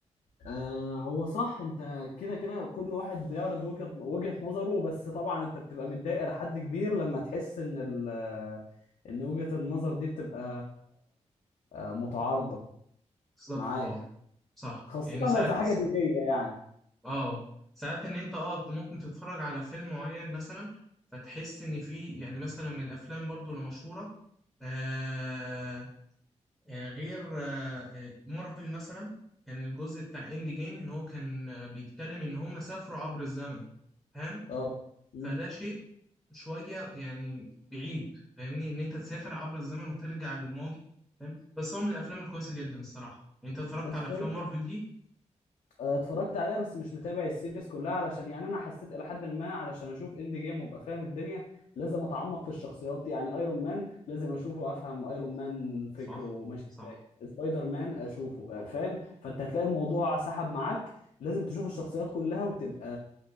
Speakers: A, on the left; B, in the centre.
A: آه هو صح انت كده كده كل واحد بيعرض وجهة وجهة نظره بس طبعا انت بتبقى متضايق لحد كبير لما تحس ان ال ان وجهة النظر دي بتبقى آه متعارضة
B: بالظبط
A: معاك
B: أه صح
A: خاصة
B: يعني ساعات
A: لو في حاجة دينية يعني
B: اه ساعات ان انت اه ممكن تتفرج على فيلم معين مثلا فتحس ان في يعني مثلا من الافلام برضو اللي مشهوره آه آه، غير آه آه، مارفل مثلا كان الجزء بتاع اند جيم ان هو كان آه، بيتكلم ان هم سافروا عبر الزمن فاهم
A: اه مم.
B: فده شيء شويه يعني بعيد فاهمني ان انت تسافر عبر الزمن وترجع للماضي فاهم بس هو من الافلام الكويسه جدا الصراحه يعني انت اتفرجت
A: بس
B: على افلام
A: هو انت
B: مارفل دي
A: آه، اتفرجت عليها بس مش متابع السيريز كلها علشان يعني انا حسيت الى حد ما علشان اشوف اند جيم وابقى فاهم الدنيا لازم اتعمق في الشخصيات يعني ايرون مان لازم اشوفه وافهم ايرون مان
B: صح
A: فكره ماشي
B: صح
A: ازاي سبايدر مان اشوفه آه، فاهم فانت هتلاقي الموضوع سحب معاك لازم تشوف الشخصيات كلها وتبقى